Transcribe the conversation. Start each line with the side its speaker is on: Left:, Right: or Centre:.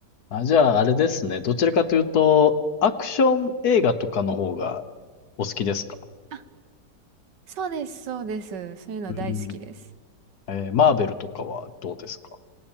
Left: あ、じゃあ、あれですね。どちらかというと、アクション映画とかの方がお好きですか
Right: あ、そうです、そうです。そういうの大好きです。
Left: うん。えーマーベルとかはどうですか